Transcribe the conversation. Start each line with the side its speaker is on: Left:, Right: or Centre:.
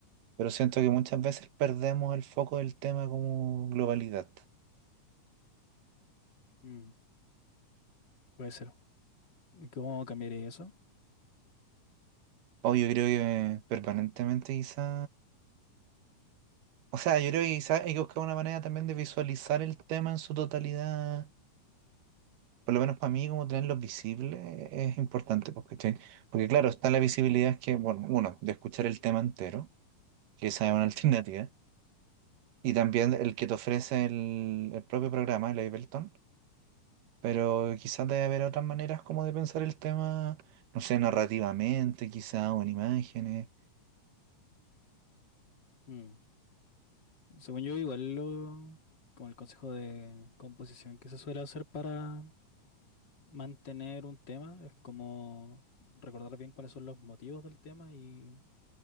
Right: pero siento que muchas veces perdemos el foco del tema como globalidad.
Left: Mm, puede ser. ¿Y cómo cambiaría eso?
Right: O yo creo que permanentemente quizá O sea, yo creo que quizá hay que buscar una manera también de visualizar el tema en su totalidad por lo menos para mí, como tenerlos visibles es importante, pues, ¿cachai? Porque claro, está la visibilidad que, bueno, uno, de escuchar el tema entero, que esa es una <laughs> alternativa, y también el que te ofrece el, el propio programa, el Ableton, pero quizás debe haber otras maneras como de pensar el tema, no sé, narrativamente, quizás, o en imágenes.
Left: Mm, Según yo, igual lo, como el consejo de composición que se suele hacer para mantener un tema es como recordar bien cuáles son los motivos del tema y,